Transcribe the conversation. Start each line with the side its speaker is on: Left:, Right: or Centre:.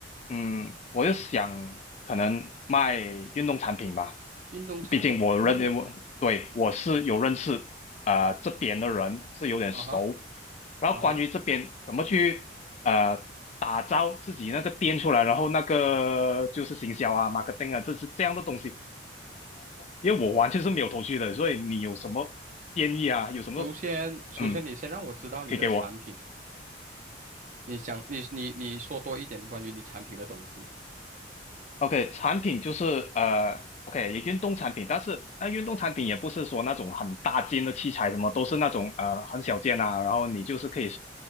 Left: 嗯，我就想可能卖运动产品吧。
Right: 运动产品，
Left: 毕竟我认为我对我是有认识啊、呃这边的人是有点熟，
Right: 啊哈，
Left: 然后关于这边怎么去呃打造自己那个店出来，
Right: 啊哈。
Left: 然后那个就是行销啊、marketing 啊，这是这样的东西，因为我完全是没有头绪的，所以你有什么建议啊？有什么
Right: 首先，首先你先让我知道你的产品，
Left: 嗯可以给我？
Right: 你想，你你你说多一点关于你产品的东西，
Left: OK，产品就是呃，OK，运动产品，但是那、呃运动产品也不是说那种很大件的器材，什么都是那种呃很小件啊，然后你就是可以